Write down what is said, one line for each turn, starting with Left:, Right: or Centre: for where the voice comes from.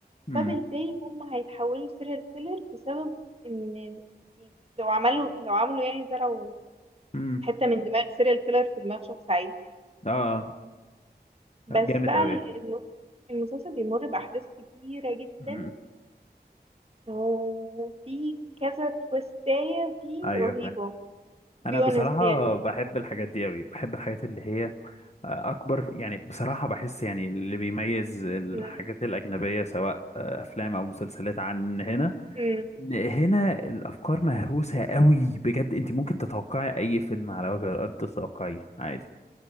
Left: امم
Right: فبالتالي هم هيتحولوا سيريال كيلر بسبب ان يعني لو عملوا لو عملوا يعني زرعوا
Left: امم
Right: حته من دماغ سيريال كيلر في دماغ شخص عادي
Left: اه
Right: بس
Left: جامد
Right: بقى
Left: أوي
Right: ال- الم- المسلسل بيمر باحداث كتيره جدا
Left: امم
Right: وفي كذا تويستايه فيه
Left: ايوه
Right: رهيبه بي
Left: انا بصراحه
Right: اونست يعني
Left: بحب الحاجات دي قوي بحب الحاجات اللي هي آه، اكبر يعني بصراحه بحس يعني اللي بيميز الحاجات
Right: مم.
Left: الاجنبيه سواء آه، افلام او مسلسلات عن هنا
Right: مم.
Left: إن هنا الافكار مهروسه قوي بجد انت ممكن تتوقعي اي فيلم على وجه الارض تتوقعيه عادي